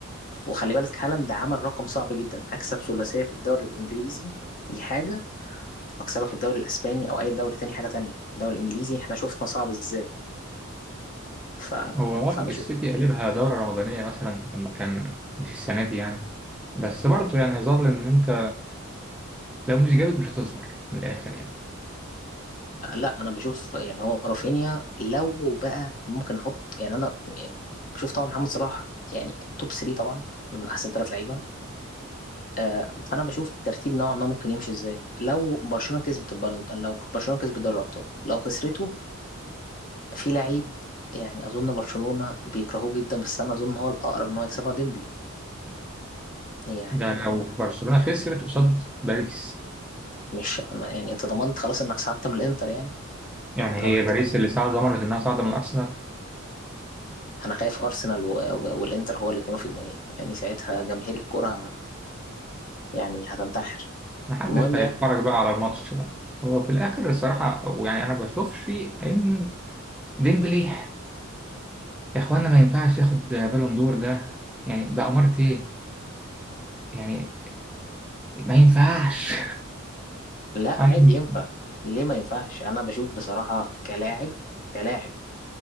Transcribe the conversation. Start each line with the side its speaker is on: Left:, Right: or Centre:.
Left: وخلي بالك هالاند عمل رقم صعب جدا هكسب ثلاثيه في الدوري الانجليزي دي حاجه واكسبها في الدوري الاسباني او اي دوري تاني حاجه تانية الدوري الانجليزي احنا شفنا صعب ازاي ف...
Centre: هو
Left: فبشوف
Centre: آه السيتي قلبها دورة رمضانية مثلا لما كان مش السنة دي يعني بس برضه يعني يظل ان انت لو مش جامد مش هتظهر من الاخر يعني
Left: لا انا بشوف يعني هو رافينيا لو بقى ممكن احط يعني انا بشوف طبعا محمد صلاح يعني توب 3 طبعا من احسن ثلاث لعيبه آه، فانا بشوف الترتيب نوعا ما ممكن يمشي ازاي لو برشلونه كسبت البالون لو برشلونه كسبت دوري الابطال لو خسرته في لعيب يعني اظن برشلونه بيكرهوه جدا بس انا اظن هو الاقرب ان هو يكسبها ديمبلي يعني
Centre: ده لو برشلونة خسرت قصاد باريس
Left: مش ما- يعني انت ضمنت خلاص انك ساعدت من الانتر يعني
Centre: يعني
Left: انا
Centre: هي
Left: بك
Centre: باريس اللي صعد ضمنت انها صاعدة من الارسنال
Left: انا خايف ارسنال و... و... والانتر هو اللي يكونوا في النهائي يعني ساعتها جماهير الكره يعني هتنتحر
Centre: محدش
Left: المهم
Centre: هيتفرج
Left: يعني
Centre: بقى على الماتش ده هو في الاخر الصراحة يعني انا ما بشوفش ان ديمبلي يا اخوانا ما ينفعش ياخد بالون دور ده يعني ده امارة ايه يعني ما ينفعش
Left: لا عادي
Centre: <laughs> انا مش
Left: ينفع ليه ما ينفعش انا بشوف بصراحة كلاعب كلاعب